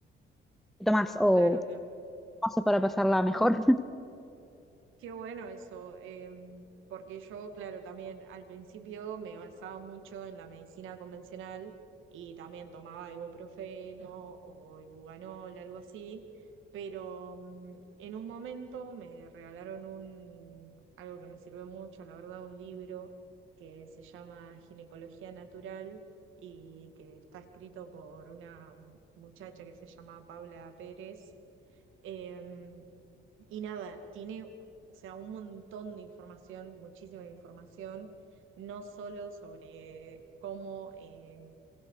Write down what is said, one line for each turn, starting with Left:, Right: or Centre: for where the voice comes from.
Centre: qué tomás? ¿O
Right: Claro,
Centre: cómo
Right: qué,
Centre: haces para pasarla mejor? <laughs>
Right: Qué bueno eso, eh, porque yo, claro, también al principio me basaba mucho en la medicina convencional y también tomaba ibuprofeno o ibuganol, algo así, pero mm, en un momento me regalaron un, algo que me sirvió mucho, la verdad, un libro que se llama Ginecología Natural y que está escrito por una muchacha que se llama Paula Pérez. Em, y nada, tiene, o sea, un montón de información, muchísima información, no solo sobre cómo eh,